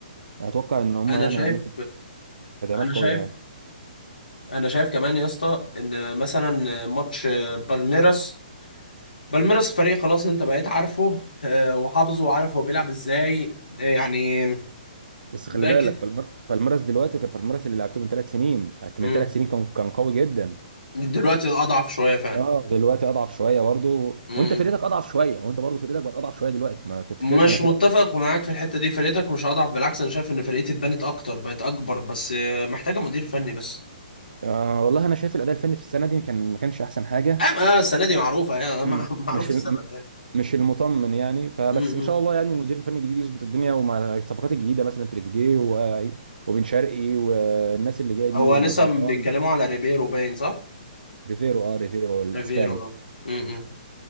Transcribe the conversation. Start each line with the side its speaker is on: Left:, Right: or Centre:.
Right: اتوقع ان هم
Left: انا
Right: يعني
Left: شايف
Right: هيعملوا تدعيمات
Left: انا
Right: قويه
Left: شايف
Right: يعني
Left: انا شايف كمان يا اسطى ان مثلا ماتش بالميراس بالميراس فريق خلاص انت بقيت عارفه آه، وحافظه وعارف هو بيلعب ازاي آه، يعني
Right: بس
Left: باكد
Right: خلي بالك بالمر... بالميراس دلوقتي غير بالميراس اللي لعبته من ثلاث سنين
Left: مم.
Right: من ثلاث سنين كان كان قوي جدا
Left: دلوقتي اضعف شويه فعلا
Right: اه دلوقتي اضعف شويه برضه
Left: مم.
Right: وانت فرقتك اضعف شويه وانت برضه فرقتك بقت اضعف شويه دلوقتي ما تفتكرش
Left: مش
Right: انك
Left: متفق
Right: انت
Left: معاك في الحته دي فرقتك مش اضعف بالعكس انا شايف ان فرقتي اتبنت اكتر بقت اكبر بس آه، محتاجه مدير فني بس
Right: آه والله انا شايف الاداء الفني في السنه دي كان ما كانش احسن حاجه
Left: اه آه، السنه دي معروفه يعني <laughs> مع-
Right: مم.
Left: معروف
Right: مش
Left: السبب
Right: ال...
Left: يعني
Right: مش المطمن يعني فبس
Left: مم.
Right: ان شاء الله يعني المدير الفني الجديد يظبط الدنيا ومع الصفقات الجديده مثلا تريزيجيه و... وبن شرقي والناس اللي جايه دي
Left: هو
Right: وبن
Left: لسه
Right: رمضان
Left: بيتكلموا على ريبيرو باين صح؟
Right: ريفيرو اه ريفيرو الاسباني
Left: ريبيرو اه مم.